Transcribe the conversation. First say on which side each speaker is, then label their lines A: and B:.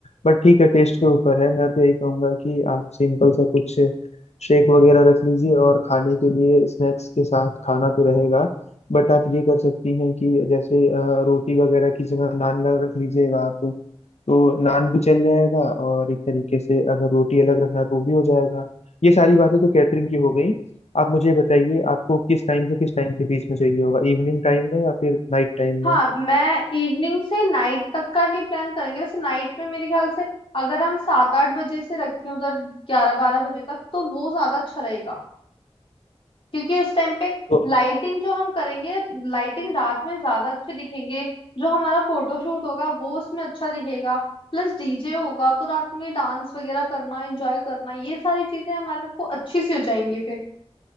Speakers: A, on the left (about 80°); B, on the left (about 55°).
A: बट ठीक है टेस्ट के ऊपर है मैं तो यही कहूंगा कि आप सिंपल सा कुछ शेक वगैरह रख लीजिए और खाने के लिए स्नैक्स के साथ खाना तो रहेगा बट आप ये कर सकती हैं कि जैसे अ, रोटी वगैरह की जगह नान लग- रख लीजिएगा आप तो नान भी चल जाएगा और एक तरीके से अगर रोटी अलग रखना तो वो भी हो जाएगा ये सारी बातें तो कैटरिंग की हो गई आप मुझे बताइए आपको किस टाइम से किस टाइम के बीच में चाहिए होगा इवनिंग टाइम में या फिर नाइट टाइम
B: हाँ
A: में
B: मैं इवनिंग से नाइट तक का ही प्लान करेंगे वैसे नाइट में मेरे ख्याल से अगर हम सात आठ बजे से रखें उधर ग्यारह बारह बजे तक तो वो ज्यादा अच्छा रहेगा क्योंकि उस टाइम पे
A: तो
B: लाइटिंग जो हम करेंगे लाइटिंग रात में ज्यादा अच्छे दिखेंगे जो हमारा फोटोशूट होगा वो उसमें अच्छा दिखेगा प्लस डीजे होगा तो रात में डांस वगैरह करना एंजॉय करना ये सारी चीजें हमारे को अच्छी सी हो जाएंगी